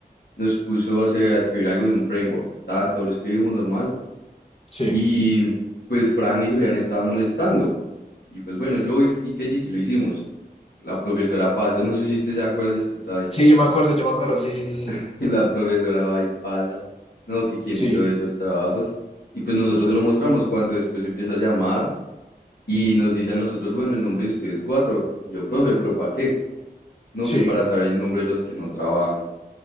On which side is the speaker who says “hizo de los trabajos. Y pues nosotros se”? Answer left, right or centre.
Left